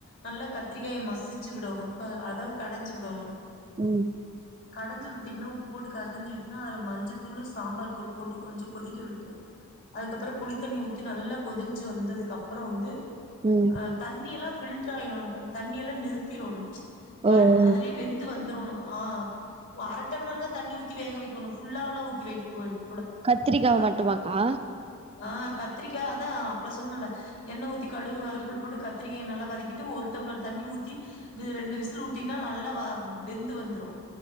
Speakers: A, on the left; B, on the right.
A: நல்லா கத்திரிக்காய மசிச்சி விடோனு க அதக் கடஞ்சு விடோனு
B: உம்
A: கடஞ்சு விட்டீங்ன்னா உப் பு போட்டு கசஞ்சி விட்னா அதுல மஞ்சத்தூளு சாம்பார் தூள் போட்டு கொஞ்ச கொதிக்க விட்டு அதுக்கப்பறோ புளித்தண்ணி ஊத்தி நல்லா கொதிஞ்சு வந்ததுக்கப்றோ வந்து
B: ம்
A: ஆஹ் தண்ணி எல்லா ஃபில்ட்ராய ஒன்னு பண்ணு தண்ணி எல்லா நிறுத் திரோணு
B: ஓ
A: பட்
B: ஓ
A: அதுலே வெந்து வந் ரோனு ஆஹ் ஒ அர டம்பளர் தா தண்ணி ஊத்தி வேக வெக்கணு ஃபுல்லாவ்லா ஊத்தி வெக் வைக்
B: கத்திரிக்காவ மட்டுமாக்கா
A: ஆஹ் கத்திரிக்கா அதா அப்லே சொன்னல்ல எண்ண ஊத்தி கடுவு கருவெப்புள் போட்டு கத்திரிக்காயே நல்லா வதக்கிட்டு ஒரு டம்ளர் தண்ணி ஊத்தி வீ ரெண்டு விசில் ஊட்டினா நல்லா வா வெந்து வந்துரு